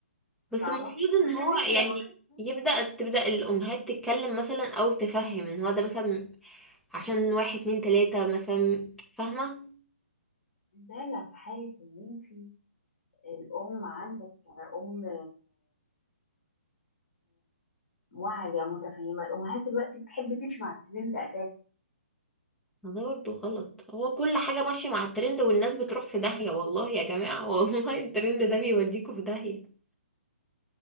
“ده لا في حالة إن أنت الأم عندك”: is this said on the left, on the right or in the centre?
Left